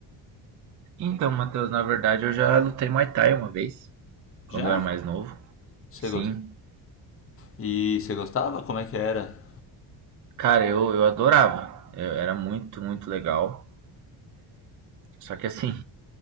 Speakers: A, on the right (about 40°); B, on the left (about 30°).
A: Então, Matheus, na verdade eu já lutei Muay Thai uma vez, quando
B: Já?
A: eu era mais novo.
B: Você
A: Sim.
B: gostou? E você gostava? Como é que era?
A: Cara, eu, eu adorava. Eu- era muito, muito legal. Só que assim,